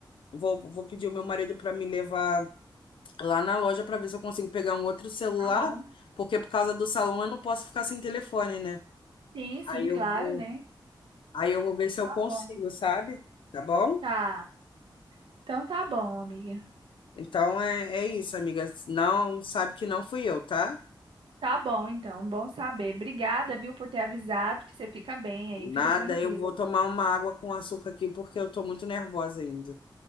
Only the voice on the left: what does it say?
vou, vou pedir o meu marido para me levar lá na loja para ver se eu consigo pegar um outro celular,
porque por causa do salão eu não posso ficar sem telefone, né?
Aí eu
vou,
aí eu vou ver se eu
consigo,
sabe? Tá bom?
Então é, é isso, amiga. Não, sabe que não fui eu, tá?
Nada,
eu vou tomar uma água com açúcar aqui porque eu tô muito nervosa ainda.